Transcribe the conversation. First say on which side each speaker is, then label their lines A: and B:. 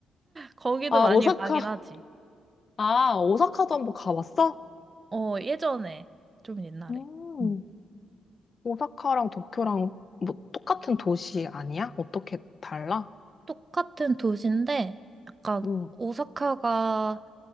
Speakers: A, on the right; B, on the left.
A: 거기도
B: 아,
A: 많이
B: 오사카.
A: 가긴 하지.
B: 아, 오사카도 한번 가봤어?
A: 어, 예전에, 좀 옛날에.
B: 음,
A: 음.
B: 오사카랑 도쿄랑 뭐 똑같은 도시 아니야? 어떻게 달라?
A: 똑같은 도시인데, 약간,
B: 응,
A: 오사카가,